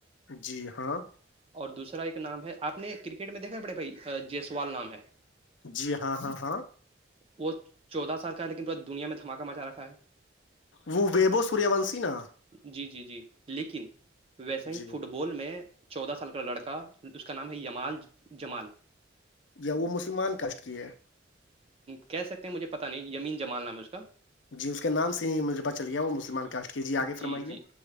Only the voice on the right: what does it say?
اور دوسرا ایک نام ہے آپ نے کرکٹ میں دیکھا پڑے بھائی جیسوال نام ہے
وہ چودہ سال کا ہے لیکن پورا دنیا میں دماکہ مچا رکھا ہے
جی جی جی لیکن ویسا ہی
فٹ بال بول میں چودہ سال کا لڑکا اس کا نام ہے یمال جمال
کہہ سکتے ہیں مجھے پتاہ نہیں یمین جمال نام ہے اس کا
جی
جی